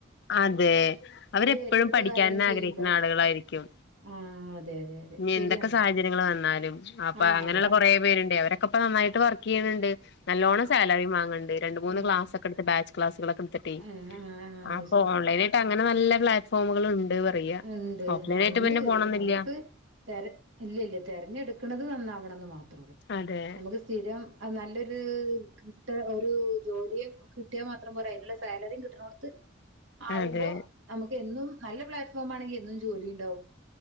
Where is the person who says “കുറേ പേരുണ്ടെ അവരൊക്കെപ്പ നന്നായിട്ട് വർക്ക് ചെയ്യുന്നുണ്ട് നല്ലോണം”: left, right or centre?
Left